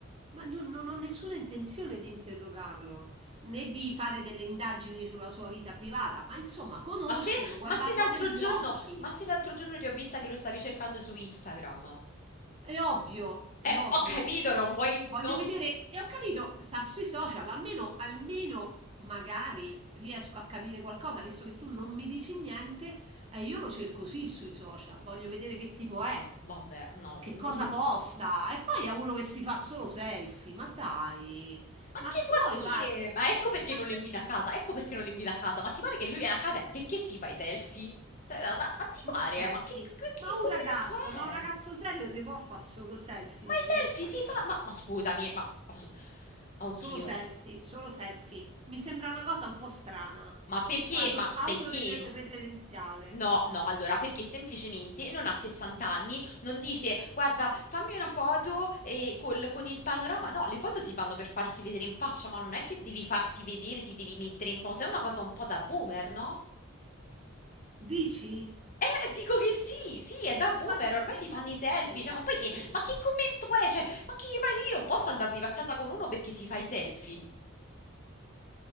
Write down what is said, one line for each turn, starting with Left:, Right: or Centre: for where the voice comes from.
Right: Ma non, non ho nessuna intenzione di interrogarlo, né di fare delle indagini sulla sua vita privata, ma insomma, conoscerlo,
Left: Ma se,
Right: guardarlo
Left: ma se l'altro
Right: negli
Left: giorno,
Right: occhi.
Left: ma se l'altro giorno ti ho vista che lo stavi cercando su Instagram?
Right: È ovvio, è
Left: Eh,
Right: ovvio.
Left: ho capito, non vuoi... in-
Right: Voglio
Left: non-
Right: vedere, e ho capito, sta sui social, almeno, almeno magari riesco a capire qualcosa, visto che tu non mi dici niente, e io lo cerco sì sui social, voglio vedere che tipo è.
Left: Ma vabbè, no.
Right: Che
Left: mm.
Right: cosa posta? E poi è uno che si fa solo selfie. Ma dai,
Left: Ma
Right: ma
Left: che
Right: puoi
Left: vuol
Right: farti?
Left: dire? Ma ecco perché
Right: Ma
Left: non lo
Right: perché?
Left: invita a casa, ecco perché non lo invita a casa. Ma ti pare che lui viene a casa? e Perché ti fai i selfie? Cioè, ma, ma ti
Right: Ma
Left: pare?
Right: senti,
Left: Ma che, che- che
Right: ma
Left: commento
Right: un ragazzo, no,
Left: è?
Right: un ragazzo serio si può fare solo selfie
Left: Ma
Right: su
Left: i selfie
Right: Instagram?
Left: si fa... Ma, ma scusami, ma... ma-
Right: Solo
Left: Oddio,
Right: selfie, solo selfie. Mi sembra una cosa un po' strana,
Left: Ma perché?
Right: auto-
Left: Ma
Right: autoreferenziale.
Left: perché? Ma... No, no, allora, perché semplicemente non ha 60 anni, non dice, guarda, fammi una foto eh, col- con il panorama. No, le foto si fanno per farsi vedere in faccia, ma non è che devi farti vedere, ti devi mettere in posa. È una cosa un po' da boomer, no?
Right: Dici?
Left: Eh, dico che sì, sì, è da boomer,
Right: Ma
Left: ormai si fanno i selfie,
Right: scusa,
Left: cioè, ma poi
Right: scusa.
Left: che, ma che commento è? Cioè, ma che, ma io non posso andare vivo a casa con uno perché si fa i selfie?